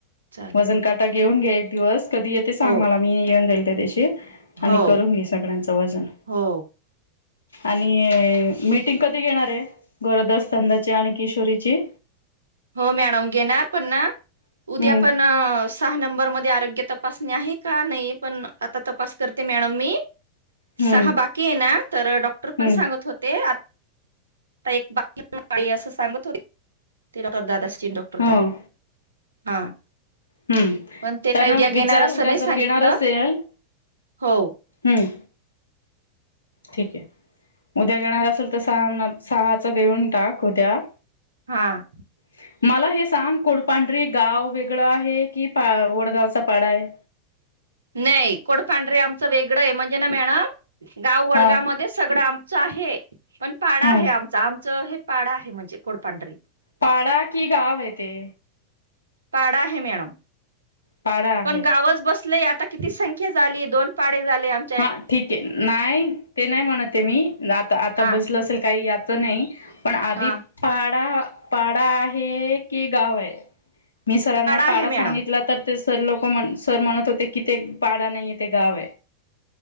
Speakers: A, on the right; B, on the left.
A: चालेल
B: वजन काटा घेऊन घे एक दिवस. कधी येते सांग
A: हो
B: मला. मी येऊन जाईल त्या दिशी. आणि
A: हो
B: करून घे सगळ्यांचं वजन.
A: हो
B: आणि मीटिंग कधी घेणारे. गरोदरस्तंधाची आणि किशोरीची.
A: हो मॅडम घेणार पण ना.
B: हम्म
A: उद्या पण सहा नंबर मध्ये आरोग्य तपासणी आहे का नाही. पण आता तपास करते मॅडम मी.
B: हम्म
A: सहा बाकी आहे ना. तर डॉक्टर पण
B: हम्म
A: सांगत होते. आ ता एक बा <unintelligible> बाई असं सांगत होते. ते डॉ दादा असन. डॉक्टर दादा.
B: हो.
A: हा.
B: हम्म
A: पण ते
B: त्यांना
A: काही उद्या घेणार
B: विचार
A: असं
B: उद्या
A: नाही सांगितलं.
B: जर घेणार असेल
A: हो.
B: हम्म. ठीके. उद्या घेणार असेल तर सहा सहाचा देऊन टाक उद्या.
A: हा.
B: ह <unintelligible> मला हे सांग. कुडपांढरी गाव वेगळं आहे की, वडगावचा पाडाये.
A: नाही कोडपांडरे आमचं वेगळंय. म्हणजे ना मॅडम. गाव वडगाव
B: हा
A: मध्येच सगळं आमचं आहे. पण पाडा
B: हम्म
A: आहे आमचा. आमचं हे पाडा आहे म्हणजे कोडपांढरी.
B: पाडा की गावे तेे?
A: पाडा आहे मॅडम.
B: पाडा आहे.
A: पण गावच बसले. आता किती संख्या झाली. दोन पाडे झाले आम
B: हा ठीके. नाही ते नाही म्हणते मी. आता आता
A: हा
B: बसलं असेल काही याचं नाही. पण आधी
A: हा
B: पाडा पाडा आहे की गावये? मी सरांना पाडा
A: आहे मॅडम
B: सांगितला तर ते सर लोक म्हण, सर म्हणत होते की ते पाडा नाहीय ते गाव आहे.